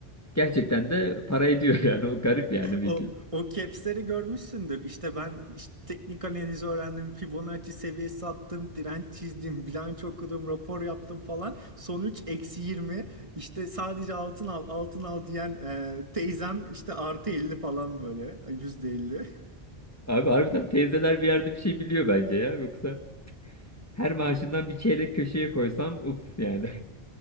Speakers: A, on the left; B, on the right.
A: Gerçekten de para ediyor <laughs> yani o garip yani Vigil.
B: O o caps'leri görmüşsündür. İşte ben işte teknik analizi öğrendim, Fibonacci seviyesi attım, direnç çizdim, bilanço okudum, rapor yaptım falan. Sonuç eksi 20. İşte sadece altın al, altın al diyen e, teyzem işte artı 50 falan böyle, yüzde 50.
A: Abi harbiden teyzeler bir yerde bir şey biliyor bence ya yoksa her maaşından bir çeyrek köşeye koysam uf yani.